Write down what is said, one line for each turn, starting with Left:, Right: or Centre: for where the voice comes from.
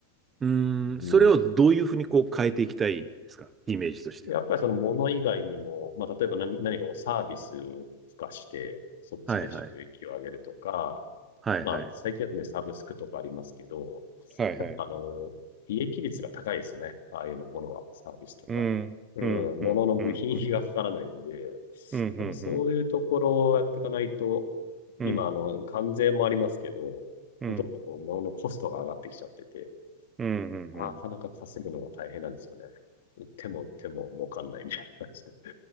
Right: うーん。
Left: うん。
Right: それをどういうふうにこう変えていきたいですかイメージとしては。
Left: やっぱりその物以外にも、まあ、例えば何、何かこうサービスを付加して、そっちで収益を上げるとか、
Right: はいはい。はいはい。
Left: まあ、最近だとね、サブスクとかありますけど、
Right: はいはい。
Left: やっぱあの、利益率が高いですよね。ああいうのものは、サービスとか。
Right: うん。
Left: うん、
Right: うん。
Left: ものの部品費がかからないんで、
Right: うん。うん。うん。うん。
Left: やっぱそういうところをやっていかないと、
Right: うん。うん。
Left: 今、あの、関税もありますけど、
Right: うん。
Left: どんどんこう物ののコストが上がってきちゃってて、
Right: うん。うん。うんうん。
Left: なかなか稼ぐのが大変なんですよね。売っても売っても儲かんないみたいな感じで。